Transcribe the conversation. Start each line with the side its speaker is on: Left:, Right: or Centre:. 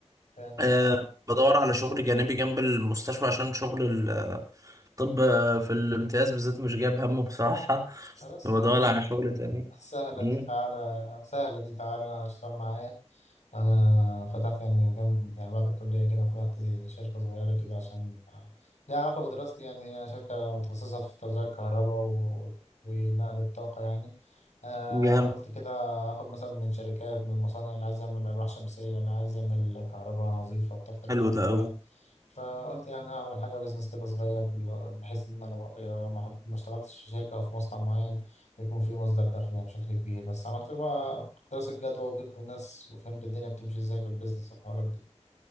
Left: كانت
Right: آه،
Left: آه
Right: بدور على شغل جانبي جنب المستشفى عشان شغل طب آه، في الامتياز بالذات مش جايب همه بصراحة
Left: خلاص
Right: هو
Left: يا
Right: دور
Left: عم
Right: على شغل تاني
Left: سهلة
Right: مم.
Left: دي تعالى سهلة دي تعالى أنا اشتغل معايا أنا فتحت يعني من جنب يعني بعد الكلية كده فتحت شركة صغيرة كده عشان ليها علاقة بدراستي يعني هي شركة متخصصة في توزيع الكهرباء و... ونقل الطاقة يعني آه
Right: جامد
Left: قلت كده آخد مثلا من شركات من مصانع اللي عايز يعمل ألواح شمسية اللي عايز يعمل كهرباء نظيفة بطاقة رياح
Right: حلو
Left: وكده
Right: ده قوي
Left: فقلت يعني اعمل حاجه بيزنس كده صغير بال- بحيث ان انا ب- يعني لو ما حد- ما اشتغلتش في شركه او في مصنع معين يكون في مصدر دخل يعني بشكل كبير بس عملت له بقى دراسه جدوى وجبت ناس وفهمت الدنيا بتمشي ازاي في البيزنس والحوارات دي